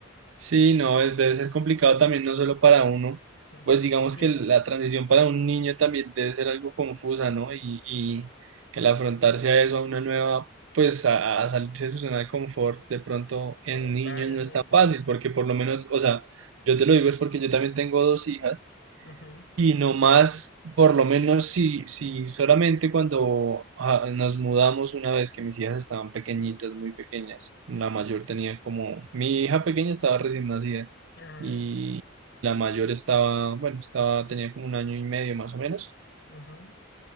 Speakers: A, on the right; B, on the left.
A: Sí, no, es, debe ser complicado también, no solo para uno,
B: Mm,
A: pues digamos
B: Sí,
A: que la transición para un niño también debe ser algo confusa, ¿no? Y, y el afrontarse a eso, a una nueva, pues a, a salirse de su zona de confort, de pronto en
B: totalmente.
A: niños no es tan fácil, porque por lo menos, o sea, yo te lo digo es porque yo también tengo dos hijas
B: Ujú,
A: y no más, por lo menos si, si solamente cuando ah, nos mudamos una vez que mis hijas estaban pequeñitas, muy pequeñas, la mayor
B: mm,
A: tenía como, mi hija pequeña estaba recién nacida
B: Ajá,
A: y la mayor estaba, bueno, estaba, tenía como un año y medio más o menos.
B: ujú,